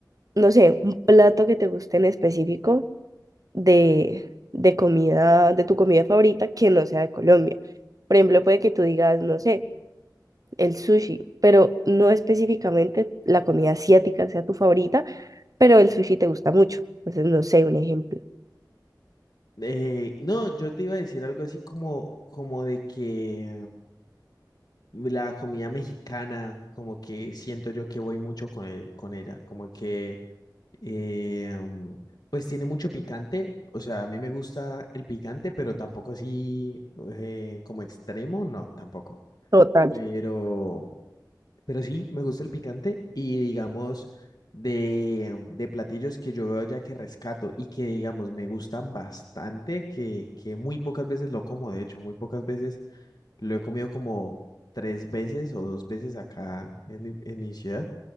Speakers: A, on the right; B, on the left.
A: no sé, un plato que te guste en específico de, de comida, de tu comida favorita que no sea de Colombia. Por ejemplo, puede que tú digas, no sé, el sushi, pero no específicamente la comida asiática sea tu favorita, pero el sushi te gusta mucho. Entonces, no sé, un ejemplo.
B: Eh, no, yo te iba a decir algo así como, como de que mm, la comida mexicana, como que siento yo que voy mucho con, el- con ella, como que eh, mm, pues tiene mucho picante, o sea, a mí me gusta el picante, pero tampoco así eh, como extremo, no, tampoco.
A: Total.
B: Pero Pero sí, me gusta el picante y digamos de, de platillos que yo veo ya que rescato y que digamos me gustan bastante, que, que muy pocas veces lo como, de hecho, muy pocas veces lo he comido como tres veces o dos veces acá en mi, en mi ciudad,